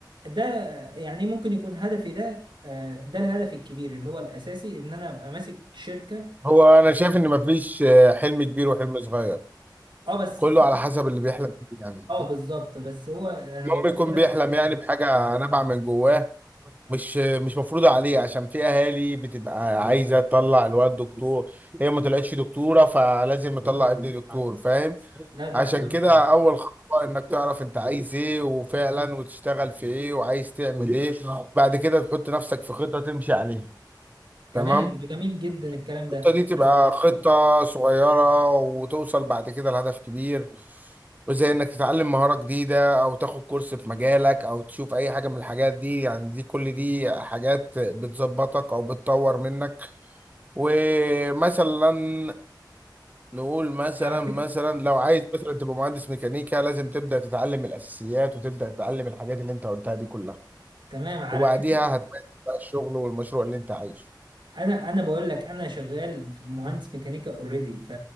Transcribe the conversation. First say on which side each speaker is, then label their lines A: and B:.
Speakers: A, on the right; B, on the right.
A: ده يعني ممكن يكون هدفي ده آه، ده الهدف الكبير اللي هو الاساسي ان انا ابقى ماسك شركه
B: هو انا شايف ان مفيش آه، حلم كبير وحلم صغير
A: اه بس
B: كله
A: في
B: على حسب اللي بيحلم بيه يعني
A: اه بالظبط بس هو انا
B: المهم
A: ببص
B: يكون
A: لها
B: بيحلم يعني بحاجة نابعة من جواه مش مش مفروضة عليه عشان في أهالي بتبقى عايزة تطلع الولد دكتور هي ما طلعتش دكتورة فلازم تطلع ابني دكتور فاهم
A: لا ده
B: عشان
A: حاجه مش
B: كده أول خطوة إنك تعرف أنت عايز إيه وفعلا وتشتغل في إيه وعايز تعمل إيه بعد كده تحط نفسك في خطة تمشي عليها
A: تمام
B: تمام
A: ده جميل جدا الكلام ده
B: الخطة دي تبقى
A: بس
B: خطة صغيرة وتوصل بعد كده لهدف كبير وزي انك تتعلم مهارة جديدة او تاخد كورس في مجالك او تشوف اي حاجة من الحاجات دي يعني دي كل دي حاجات بتظبطك او بتطور منك ومثلا نقول مثلا
A: على فكره
B: مثلا لو عايز مثلا تبقى مهندس ميكانيكا لازم تبدأ تتعلم الاساسيات وتبدأ تتعلم الحاجات اللي انت قلتها دي كلها
A: تمام على
B: وبعديها
A: فكره
B: هتمارس بقى الشغل والمشروع اللي انت عايشه
A: انا انا بقول لك انا شغال في مهندس ميكانيكا اوريدي ف